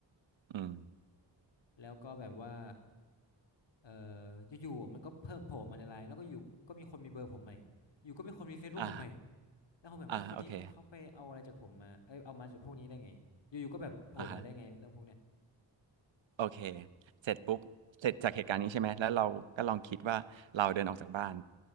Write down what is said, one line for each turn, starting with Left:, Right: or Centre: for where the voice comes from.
Right: อืม
Left: แล้วก็แบบว่า เอออยู่ๆมันก็เพิ่มโผล่มาในไลน์แล้วก็อยู่ก็มีคนมีเบอร์ผมใหม่อยู่ก็มีคนมี Facebook
Right: อ่า
Left: ผมใหม่แล้วผมแบบเอ้ยคนนี้เขาไปเอาอะไรจากผมมาเอ้ยเอามาจากพวกนี้ได้ไงอยู่ๆก็แบบโผล่มาได้ไงเรื่องพวกเนี้ย
Right: อ่าโอเคอ่า โอเคเสร็จปุ๊บเสร็จจากเหตุการณ์นี้ใช่ไหม แล้วเราก็ลองคิดว่าเราเดินออกจากบ้าน